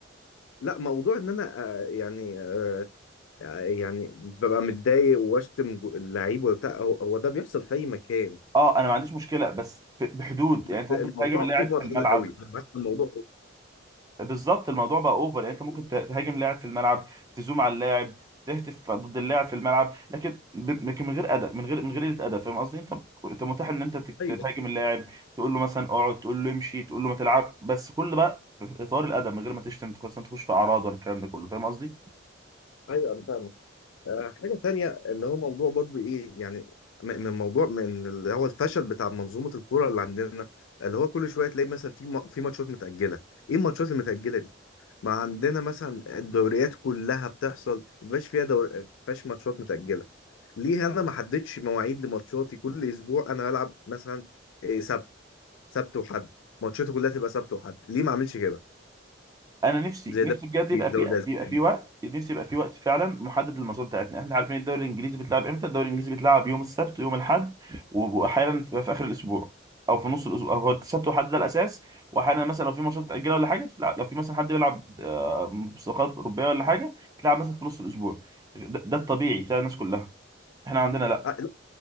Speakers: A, on the left; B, on the right.
A: لا موضوع ان انا آه، يعني آه، آه، يعني ببقى متضايق واشتم جو- اللعيب وبتاع هو هو ده بيحصل في اي مكان
B: أه أنا ما عنديش مشكلة بس في- بحدود
A: بس
B: يعني أنت ممكن
A: الموضوع
B: تهاجم اللاعب
A: اوفر
B: في الملعب
A: هنا قوي الموضوع أوفر.
B: بالظبط الموضوع بقى اوفر يعني انت ممكن ت- تهاجم لاعب في الملعب تزوم على اللاعب تهتف ضد اللاعب في الملعب لكن ب- لكن من غير ادب من غير من غير قله ادب فاهم قصدي انت انت متاح ان انت تك-
A: ايوه
B: تهاجم اللاعب تقول له مثلا اقعد تقول له امشي تقول له ما تلعب بس كل بقى في اطار الادب من غير ما تشتم تخش تخش في اعراض ولا الكلام ده كله فاهم قصدي
A: ايوه انا فاهم آه، حاجة تانية اللي هو موضوع برضو إيه يعني م- من موضوع من اللي هو الفشل بتاع منظومة الكورة اللي عندنا اللي هو كل شوية تلاقي مثلا في م- في ماتشات متأجلة إيه الماتشات المتأجلة دي؟ ما عندنا مثلا الدوريات كلها بتحصل مبقاش فيها دور مبقاش ماتشات متأجلة ليه أنا ما حددتش مواعيد لماتشاتي كل أسبوع أنا بلعب مثلا إيه، سبت سبت وحد ماتشاتي كلها تبقى سبت وحد ليه ما أعملش كده؟
B: انا نفسي
A: زي
B: نفسي
A: ده
B: بجد يبقى
A: في الدوري
B: في
A: الأسباني
B: يبقى في وقت نفسي يبقى في وقت فعلا محدد للماتشات بتاعتنا احنا عارفين الدوري الانجليزي بيتلعب امتى الدوري الانجليزي بيتلعب يوم السبت ويوم الاحد واحيانا في في اخر الاسبوع او في نص الاسبوع او هو السبت والاحد ده الاساس واحيانا مثلا لو في ماتشات متاجله ولا حاجه بتلعب لو في مثلا حد بيلعب آه، مسابقات اوروبيه ولا حاجه تلعب مثلا في نص الاسبوع ده, ده الطبيعي بتاع الناس كلها احنا عندنا لا
A: آه، لا،